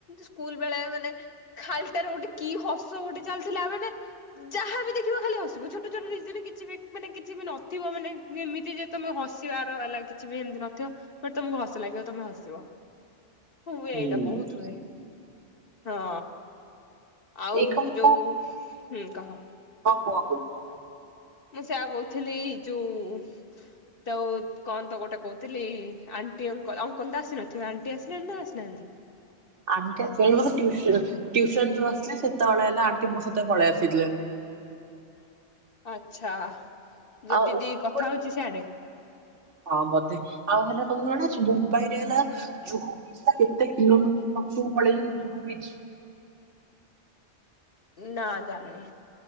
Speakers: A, on the left (about 50°); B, on the right (about 80°).
A: ସ୍କୁଲ ବେଳେ ମାନେ ଖାଲିଟାରୁ ଗୋଟେ। କି ହସ ଗୋଟେ ଚାଲିଥିଲା ମାନେ ଯାହାବି ଦେଖିବ ଖାଲି ହସିବ ଛୋଟ ଛୋଟ। କିଛି ବି ମାନେ କିଛି ବି ନଥିବ ମାନେ ଏମିତି ଯେ ତମେ ହସିବାର ହେଲା କିଛି ବି ଏମିତି ନଥିବ। ଟ ତମକୁ ହସ ଲାଗିବ ତମେ ହସିବ। ହୁଏ
B: ହୁଁ
A: ଏଇଟା ବହୁତ ହୁଏ ହଁ। ଆଉ
B: ଏଇ କଣ
A: ଯୋଉ ହୁଁ କହ।
B: କ କୁହ କୁ କୁହ।
A: ମୁଁ ସେୟଆ କହୁଥିଲି ଯୋଉ। ତ କଣ ତ ଗୋଟେ କହୁଥିଲି ଆଣ୍ଟି ଅ ଅଙ୍କଲ ତ ଆସିନଥିବ ଆଣ୍ଟି ଆସିଲାଣି ନା ଆସିନାହାନ୍ତି।
B: ଆମ କେ ମ ଟଟିସନ୍। ସ ଯୋଉ ଆସିଲ ସେତେବେଳେ ହେଲା ଆଣ୍ଟି ମୋ ସତ ପଳେଇ ଆସିଥିଲେ।
A: ଆଛା ଦିଦି
B: ଆଉ ଉପରୁ
A: କଥା
B: ଗୋଟେ
A: ହଉଛି ସଆଡେ।
B: ହଁ ବୋଧେ ଆଉ ହେଲା ତମକୁ ଜଣା ଅଛି ମୁମ୍ବାଇ ରେ ହେଲା। ଜୁହୁ ବିଚ କେତେ କିଲୋମିଟର ପଛକୁ ପଳେଇ ଜୁହୁ ବିଚ।
A: ନା ଜାଣିନି।